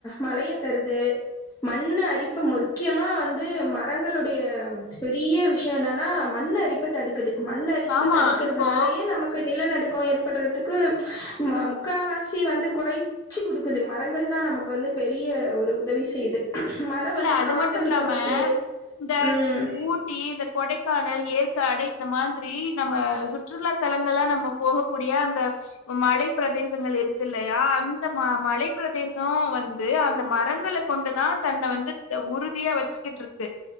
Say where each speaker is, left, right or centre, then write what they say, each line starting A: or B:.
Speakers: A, on the left; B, on the left.
A: மழைய தருது மத் மண் அரிப்பு முக்கியமா வந்து மரங்களுடைய பெரிய விஷயோ என்னன்னா மண் அரிப்ப தடுக்க மண் அரிப்பு
B: ஆமா
A: தடுக்கறதுனாலயே
B: இப்போ
A: நமக்கு நிலநடுக் கோ ஏற்படுறதுக்கு மம் முக்கா வாசி வந்து கொறைச்சி குடுக்குது மரங்கள் தா நமக்கு வந்து பெரிய ஒரு உதவி செய்யுது மரம்
B: இல்ல
A: வந்து
B: அது
A: காத்த
B: மட்டும்
A: சுத்தப்படுத்துது
B: இல்லாம இந்த
A: ம்
B: ஊட்டி இந்த கொடைக்கானல் ஏற்க் தடை இந்த மாதிரி நம்ம சுற்றுலாத்தலங்களா நம்ம போகக்கூடிய அந்த மலை பிரதேசங்கள் இருக்கில்லையா அந்த ம மலை பிரதேசோ வந்து அந்த மரங்களக்கொண்டு தா தன்ன வந்து உறுதியா வெச்சிகிட்டு இருக்கு